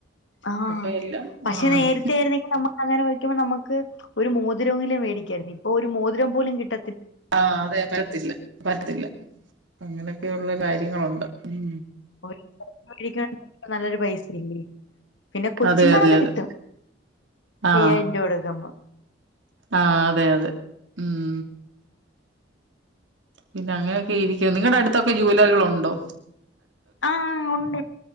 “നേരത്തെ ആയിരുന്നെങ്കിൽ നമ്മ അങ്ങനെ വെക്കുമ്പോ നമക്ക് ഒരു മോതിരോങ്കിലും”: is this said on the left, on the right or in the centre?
Left